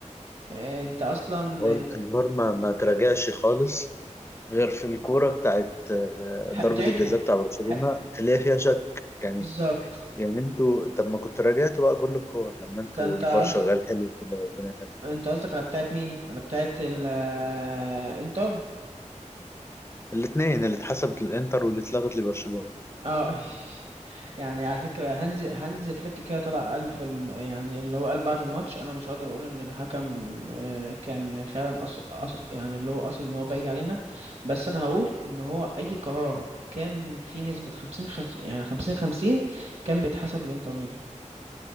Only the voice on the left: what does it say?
هو ال-
الفار ما ما تراجعش خالص غير في الكوره بتاعت آه،
ضربه
الجزاء بتاع برشلونه
اللي هي فيها شك يعني
يعني انتوا طب ما كنت راجعتوا بقى كل الكور لما انتوا
الفار
شغال حلو كده والدنيا تمام
الاثنين اللي اتحسبت للانتر واللي اتلغت لبرشلونه